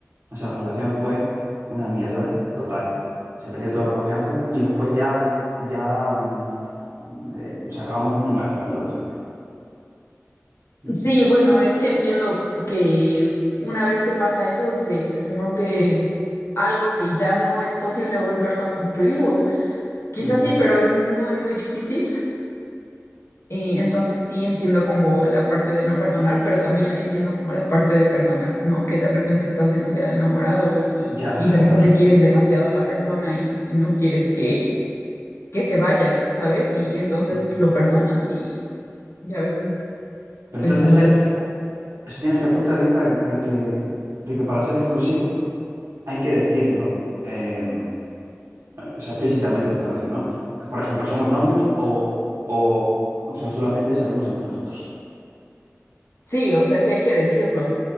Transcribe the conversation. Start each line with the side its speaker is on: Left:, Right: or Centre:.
Right: o sea, la relación fue una mierda total. Se perdió toda la confianza y después ya, ya, mm, eh, o sea, acabamos muy mal la relación. Mm.
Left: Sí, bueno, es que entiendo que una vez que pasa eso, se, se rompe algo que ya no es posible volverlo a construir, o quizás
Right: Ujú.
Left: sí, pero es muy, muy difícil. Eh, entonces sí entiendo como la parte de no perdonar, pero también la entiendo como la parte de perdonar, ¿no? Que de repente estás demasiado enamorado y,
Right: Ya,
Left: y
Right: ya,
Left: de repente
Right: claro.
Left: quieres demasiado a la persona y, y no quieres que, que se vaya, ¿sabes? Y entonces
Right: Mm.
Left: lo perdonas y, y a veces
Right: Pero
Left: pues
Right: entonces
Left: es lo
Right: eres,
Left: que pasa.
Right: o sea, tienes el punto de vista de que, de que para ser exclusivos hay que decirlo eh, o sea, explícitamente en la relación, ¿no? Por ejemplo, ¿somos novios o, o, o sea, solamente salimos entre nosotros?
Left: Sí, o sea, sí hay que decirlo